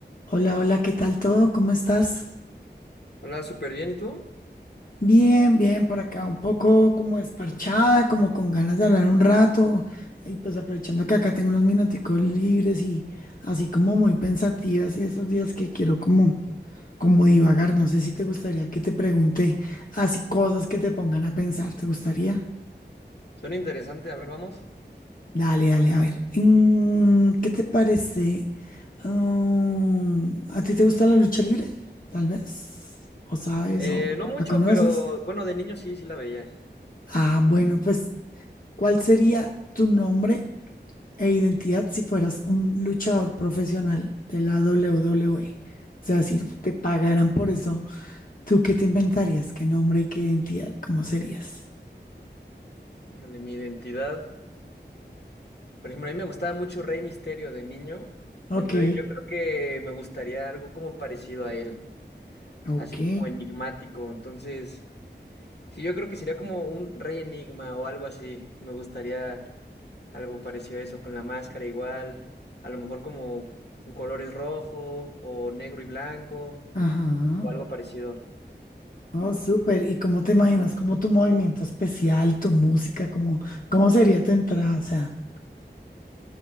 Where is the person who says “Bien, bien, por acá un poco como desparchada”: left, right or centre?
Left